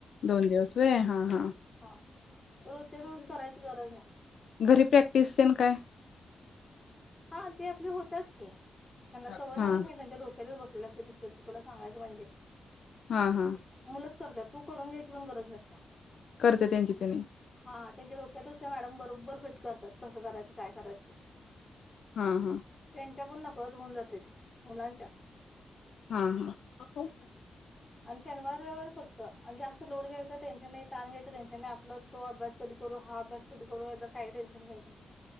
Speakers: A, on the left; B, on the left.
A: दोन दिवस व्हय हां हां
B: ह रोजच्या रोज करायची गरज नाही.
A: घरी प्रॅक्टिसन तेन काय?
B: हा ते आपले होत्याच की त्यांना
A: हा
B: सवय लागली की नाही त्यांच्या डोक्या- तिथंच बसलेलं असतेत तुला सांगायच म्हणजे
A: हा हां
B: मुलंच करतात तू करून घ्यायची पण गरज नसत्या.
A: करते त्यांची त्यांनी.
B: हा त्यांच्या डोक्यातच ते मॅडम बरोबर फिट करतात कसं करायचं काय करायचं ते.
A: हां हां
B: त्यांच्या पण नकळत होऊन जातय ते. मुलांच्या
A: हां हां
B: आणि शनिवार रविवारी फक्त आणि जास्त लोड घ्यायचं टेन्शन नाही, ताण घ्यायचं टेनशन नाही आपलं. तो अभ्यास कधी करू, हा अभ्यास कधी करू, याचा काही टेन्शन घ्यायचं नाही